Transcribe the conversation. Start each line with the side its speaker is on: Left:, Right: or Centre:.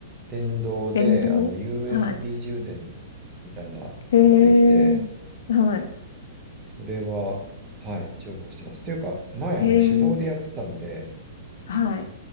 Right: 電動で、
Left: 電動。
Right: あの、USB
Left: はい。
Right: 充電みたいなのができて、
Left: へえ。はい。
Right: それは、はい、重宝してます。というか、前、
Left: へえ。
Right: あの、手動でやってたので、
Left: はい。